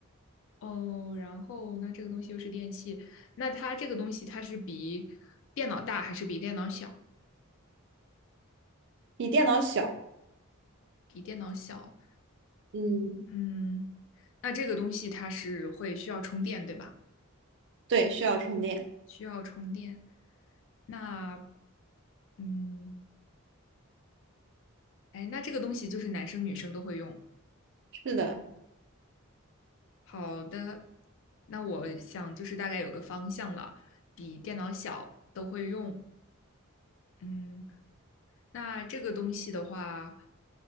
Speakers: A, on the left (about 60°); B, on the right (about 55°).
A: 哦，然后那这个东西又是电器，那它这个东西它是比电脑大还是比电脑小？
B: 比电脑小。
A: 比电脑小。
B: 嗯，
A: 嗯，那这个东西它是会需要充电，对吧？
B: 对，需要充电。
A: 需要充电。那，嗯，哎，那这个东西就是男生女生都会用。
B: 是的，
A: 好的，那我想就是大概有个方向了，比电脑小都会用。嗯，那这个东西的话，